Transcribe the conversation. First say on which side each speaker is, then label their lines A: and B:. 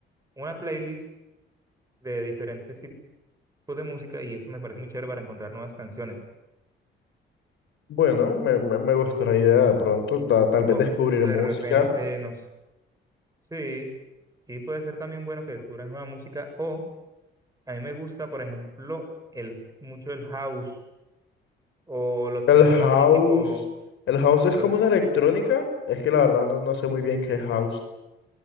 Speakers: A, on the right (about 15°); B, on the left (about 75°).
A: una playlist de diferentes tipos de música y eso me parece muy chévere para encontrar nuevas canciones.
B: Bueno, me, me, me gustó la idea de pronto, da- tal vez
A: O
B: descubrir
A: de
B: música.
A: repente, no Sí, sí puede ser también bueno que descubras nueva música o a mí me gusta, por ejemplo, el mucho el house o los que
B: El
A: son
B: house,
A: así tipo
B: el house es
A: los
B: como
A: que
B: una electrónica, es que la verdad no, no sé muy bien qué es house.